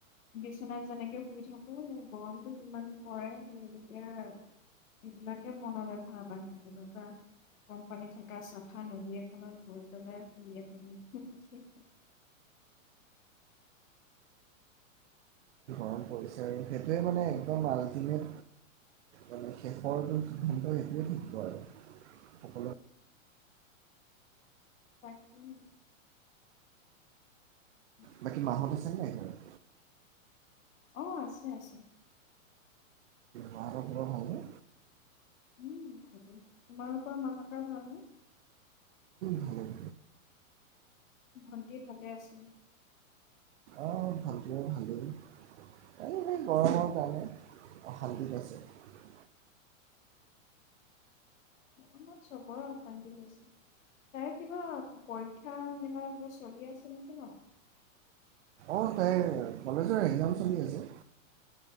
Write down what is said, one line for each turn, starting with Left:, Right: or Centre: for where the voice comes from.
Left: বিচনাত যেনেকে শুই থাকো গৰমটো যিমান পৰে সেই তেতিয়া সেইবিলাকে মনলৈ ভাৱ আহে কিবা কম পানী থাকা, চাফা নদী এখনত গৈ পেলাই শুয়ে থাকো
Right: কৰিছে আৰু সেইটোৱে মানে একদম আল্টিমেট মানে শেষৰটো সিদ্ধান্ত সেইটোৱে থাকিব আৰু। সকলো
Left: তাকেই হেৰি-
Right: বাকী মাহঁত আছে নে নাই ঘৰত?
Left: অ', আছে, আছে।
Right: মাহঁতৰ‌ ভাল নে?
Left: উম, ভালেই তোমাৰ পৰা মাহঁতৰ ভাল নে?
Right: ভালেই
Left: ভণ্টি ভালে আছে?
Right: অ', ভালটোৱে, ভালেই এই গৰমৰ কাৰণে অশান্তিত পাইছে।
Left: আমাৰ চবৰে অশান্তি হৈছে তাই কিবা পৰীক্ষা মেলা কিবা চলি আছে নেকি ন?
Right: অঁ তাই কলেজৰ এক্জাম চলি আছে